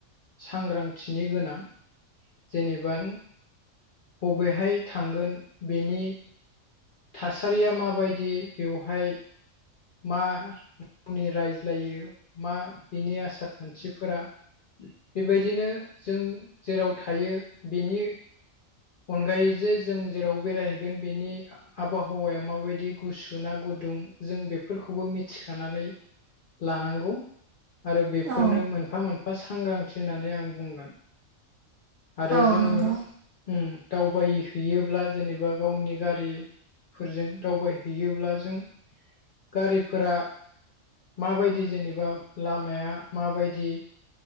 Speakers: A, on the left; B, on the right.
A: सांग्रांथिनि गोनां जेनेबा अबेहाय थांगोन बेनि थासारिया माबायदि बेवहाय मा <unintelligible> रायज्लायो मा बिनि आसार खान्थिफोरा बेबायदिनो जों जेराव थायो बिनि अनगायै जे जों जेराव बेरायहैगोन बेनि आबहावाया माबायदि गुसु ना गुदुं जों बेफोरखौबो मि थिखानानै लानांगौ आरो बेफोरनो
B: औ
A: मोनफा मोनफा सांग्रांथि होननानै आं बुंगोन आरो
B: औ
A: जोङो
B: नंगौ
A: ओम दावबाय हैैयोब्ला जेनेबा गावनि गारि फोरजों दावबायहैयोब्ला जों गारि फोरा माबायदि जेनेबा लामाया माबायदि